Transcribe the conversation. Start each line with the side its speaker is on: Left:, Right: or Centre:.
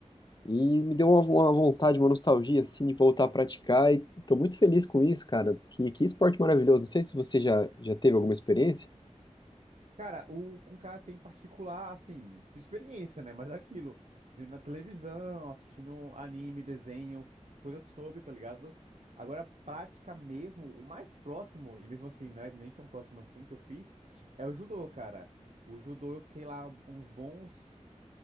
Left: e me deu uma, uma vontade, uma nostalgia assim de voltar
Right: sim.
Left: a praticar e tô muito feliz com isso, cara. Que, que esporte maravilhoso. Não sei se você já, já teve alguma experiência.
Right: Cara, o com cara tem particular, assim, de experiência, né? Mas é aquilo, vendo na televisão, assistindo anime, desenho, coisas sobre, tá ligado? Agora, prática mesmo, o mais próximo, e mesmo assim, não é nem tão próximo assim que eu fiz, é o judô, cara. O judô eu fiquei lá uns bons,